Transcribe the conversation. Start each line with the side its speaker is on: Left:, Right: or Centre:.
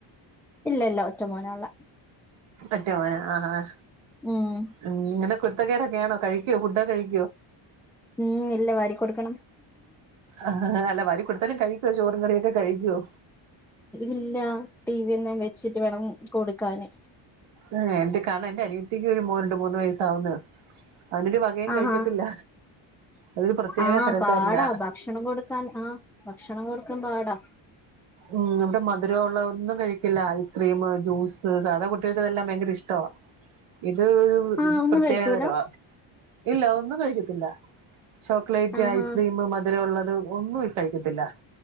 Centre: ഇല്ല ഇല്ല ഒറ്റ മോന ഉുള്ള
Right: ഒറ്റ മോന ആഹ് ആഹ്
Centre: ഉം
Right: ഉം ഇങ്ങനെ കുരുത്തക്കേടൊക്ക ആണോ കഴിക്കോ ഫുഡ്കെ കഴിക്കോ
Centre: ഉം ഇല്ല വരി കൊടുക്കണം
Right: ആ അല്ല വരി കൊടുത്തലും കഴിക്കുവോ ചോറും കറിയൊക്കെ കഴിക്കുവോ
Centre: ഇല്ല ടിവിഎന്തേം വെച്ചിട്ട് വേണം കൊടുക്കാന്
Right: ഏഹ് എന്ത് കാണാ എന്റെ അനീ ത്തിക്ക് ഒരു രണ്ട് മൂന്ന് വയസാവുന്നെള്ളു അവനൊരു വകയും
Centre: ആഹാ
Right: കഴിക്കത്തില്ല അതൊരു പ്രത്യേക
Centre: ആഹ്
Right: തരക്കാരനാ
Centre: പാടാ ഭക്ഷണം കൊടുക്കാൻ ആഹ് ഭക്ഷണം കൊടുക്കാൻ പാടാ
Right: ഉം ഇവിടെ മധുരമ ഉള്ള ഒന്നും കഴിക്കില്ല ഐസ്ക്രീം ജ്യൂസ് സാധാ കുട്ടികൾക്ക്തെല്ലാം ഭയങ്കര ഇഷ്ടവാ ഇത് ഒരു
Centre: ആഹ് ഒന്നും
Right: പ്രത്യേക
Centre: കഴിക്കൂല
Right: തരവാ ഇല്ല ഒന്നും കഴിക്കത്തില്ല ചോക്ലേറ്റ്
Centre: ആഹാ
Right: ഐസ്ക്രീമ മധുരം ഉള്ളത് ഒന്നും കഴിക്കത്തില്ല